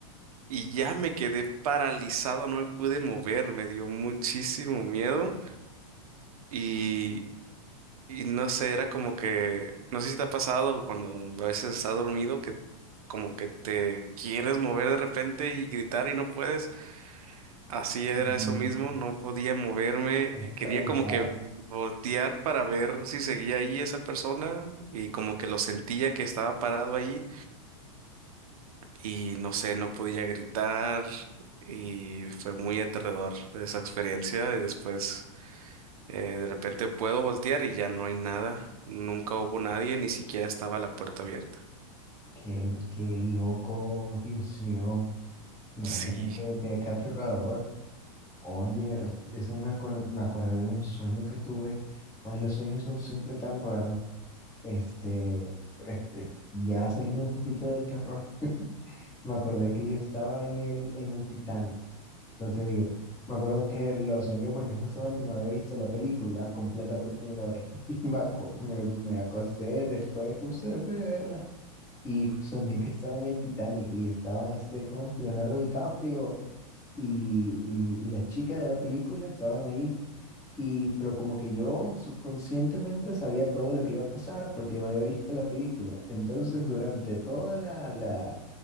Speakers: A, on the right; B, on the left.
A: y ya me quedé paralizado, no me pude mover, me dio muchísimo miedo y, y no sé, era como que, no sé si te ha pasado cuando a veces estás dormido que como que te quieres mover de repente y gritar y no puedes. Así era
B: Mm,
A: eso mismo, no podía moverme
B: Estás
A: y quería
B: paralizado.
A: como que voltear para ver si seguía ahí esa persona y como que lo sentía que estaba parado ahí y no sé, no podía gritar y fue muy aterrador esa experiencia y después eh, de repente puedo voltear y ya no hay nada, nunca hubo nadie, ni siquiera estaba la puerta abierta.
B: Qué, qué loco, Dios mío. No,
A: Sí.
B: no, no creo que qué aterrador. Oye, eso me acuer- me acordé de un sueño que tuve. Oye, los sueños son siempre tan raros. Este, este, ya saliendo un poquito del terror, me acordé que yo estaba en el, en el Titanic. No te digo. Me acuerdo que lo soñé porque justamente me había visto la película completa por primera vez. <laughs> Y me, aco- me, me acosté después, justo después de verla. Y soñé que estaba en el Titanic y estaba ese, ¿cómo es? Leonardo DiCaprio y, y- y la chica de la película estaban ahí. Y, pero como que yo subconscientemente sabía todo lo que iba a pasar porque me había visto la película. Entonces, durante toda la, la-